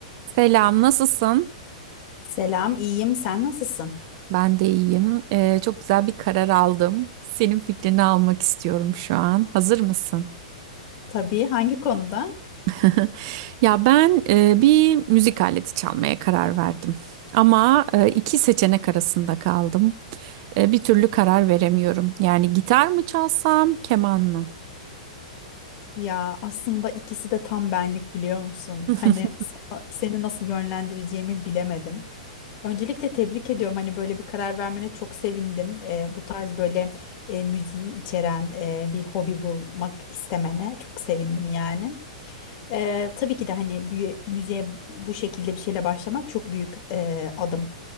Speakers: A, on the right; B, on the left.
A: Selam, nasılsın?
B: Selam, iyiyim. Sen nasılsın?
A: Ben de iyiyim. Ee, çok güzel bir karar aldım. Senin fikrini almak istiyorum şu an. Hazır mısın?
B: Tabii, hangi konuda?
A: <laughs> Ya ben e, bir müzik aleti çalmaya karar verdim. Ama e, iki seçenek arasında kaldım. E, bir türlü karar veremiyorum. Yani gitar mı çalsam, keman mı?
B: Ya aslında ikisi de tam benlik biliyor musun?
A: <laughs>
B: Hani sana- seni nasıl yönlendireceğimi bilemedim. Öncelikle tebrik ediyorum. Hani böyle bir karar vermene çok sevindim. Ee, bu tarz böyle e, müziği içeren e, bir hobi bulmak istemene çok sevindim yani. Ee, tabii ki de hani büyü- müziğe bu şekilde bir şeyle başlamak çok büyük e, adım.